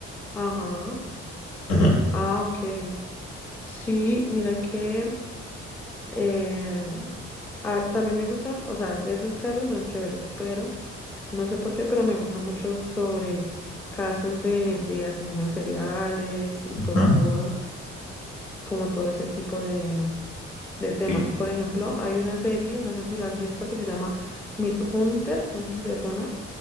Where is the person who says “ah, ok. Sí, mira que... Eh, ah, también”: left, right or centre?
Centre